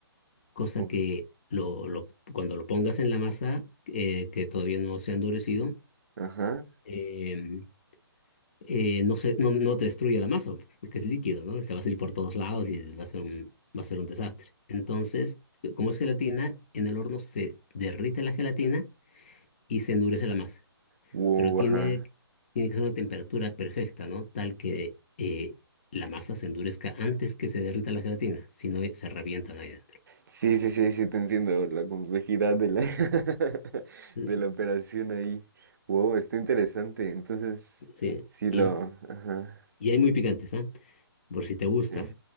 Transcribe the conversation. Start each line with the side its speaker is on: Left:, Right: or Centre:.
Left: cosa
Right: Uh,
Left: que lo, lo- cuando lo pongas en la masa, eh, que todavía no se ha endurecido,
Right: Ajá.
Left: em, eh, no se, no, no te destruye la masa, porque es líquido, ¿no? Se va a salir por todos lados y va a ser un, va a ser un desastre. Entonces, eh, como es gelatina, en el horno se derrite la gelatina y se endurece la masa.
Right: Wow,
Left: Pero tiene,
Right: ajá.
Left: tiene que ser una temperatura perfecta, ¿no? Tal que eh, la masa se endurezca antes que se derrita la gelatina, si no eh, se revientan ahí adentro.
Right: Sí, sí, sí, sí, te entiendo la complejidad de la, <laughs>
Left: Entonces,
Right: de la operación ahí. Wow, está interesante. Entonces,
Left: sí,
Right: sí
Left: y,
Right: lo... Ajá,
Left: y hay muy picantes, ¿ah? Por si te gusta.
Right: sí.